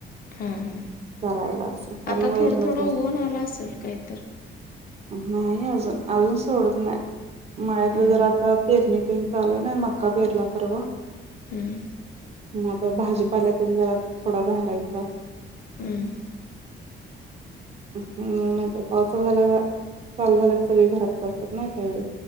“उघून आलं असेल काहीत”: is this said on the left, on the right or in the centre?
Left